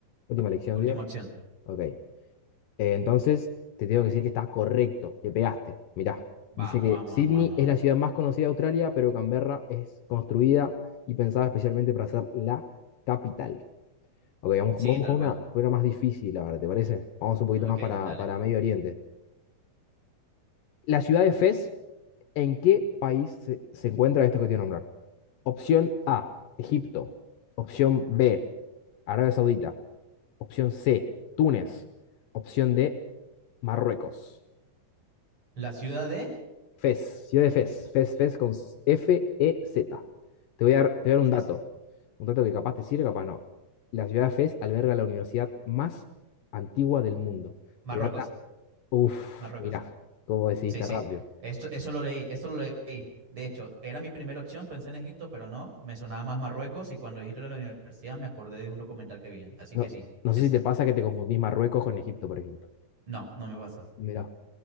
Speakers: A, on the left; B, on the right.
A: Última elección,
B: Última
A: digo.
B: opción.
A: Ok. Eh, entonces, te tengo que decir que estás correcto. Le pegaste. Mirá.
B: Vamos,
A: Dice que
B: vamos,
A: Sydney
B: vamos, vamos, vamos.
A: es la ciudad más conocida de Australia, pero Canberra es construida y pensada especialmente para ser la capital. Ok, vamos,
B: Sí,
A: vamos
B: tal
A: con
B: cual.
A: una, con una más difícil ahora, ¿te parece? Vamos un poquito
B: Ok,
A: más para,
B: dale.
A: para Medio Oriente. La ciudad de Fez, ¿en qué país se, se encuentra esto que te voy a nombrar? Opción A, Egipto. Opción B, Arabia Saudita. Opción C, Túnez. Opción D, Marruecos.
B: La ciudad de
A: Fez, ciudad de Fez. Fez, Fez con F-E-Z. Te voy a dar, te voy a dar un
B: es
A: dato. Un dato que capaz te sirve, capaz no. La ciudad de Fez alberga la universidad más antigua del mundo. Que
B: Marruecos,
A: data. Uf,
B: Marruecos.
A: mirá, cómo decidiste
B: Sí, sí.
A: rápido.
B: Esto, eso lo leí, eso lo leí. De hecho, era mi primera opción, pensé en Egipto, pero no, me sonaba más Marruecos y cuando dijiste lo de la universidad me acordé de un documental que vi. Así
A: No,
B: que sí,
A: no sé
B: es.
A: si te pasa que te confundís Marruecos con Egipto, por ejemplo.
B: No, no me pasa.
A: Mirá.